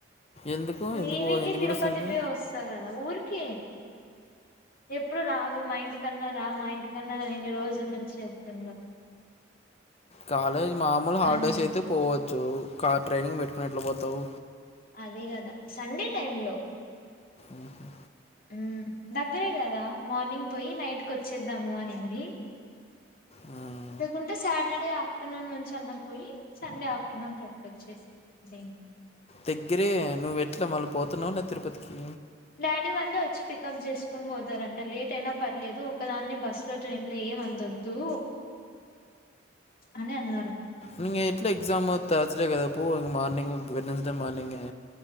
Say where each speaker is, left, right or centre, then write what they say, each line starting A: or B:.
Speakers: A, on the left; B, on the left.
A: ఎందుకు ఎందుకు
B: ఈ
A: పో-
B: వీకే
A: ఎందుకు
B: తిరుపతి
A: పిలుస్తుంది
B: పోయి వస్తా కదా ఊరికి ఎప్పుడు రావు మా ఇంటి కన్నా రా మా ఇంటి కన్నా రా ఇన్ని రోజుల నుంచి చెప్తన్నారు
A: కాలేజ్ మామూలు హాలిడేస్
B: అని నేను
A: అయితే పోవచ్చు ట్రైనింగ్ పెట్టుకుని ఎట్లా పోతావు
B: అదే కదా సండే టైమ్ లో
A: ఆహ
B: ఉ దగ్గరే కదా మార్నింగ్ పోయి నైట్కి వచ్చేద్దాము అనింది
A: ఆ
B: లేకుంటే సాటర్డే ఆఫ్టర్నూన్ నుంచి అన్న పోయి సండే ఆఫ్టర్నూన్ కట్ వచ్చేసి జ
A: దగ్గరే నువ్వు ఎట్లా మళ్ళ పోతున్నావ తిరుపతికి
B: డాడీ వాళ్లే వచ్చి పికప్ చేసుకుని పోతారంట లేట్ అయినా పర్లేదు ఒక్కదాన్ని బస్ లో ట్రైన్ లో ఏమి అంత వద్దు అని అన్నారు
A: ని ఎట్లా ఎక్జామ్ తర్సడే కదా పో మార్నింగ్ వెడ్నెస్డే మార్నింగే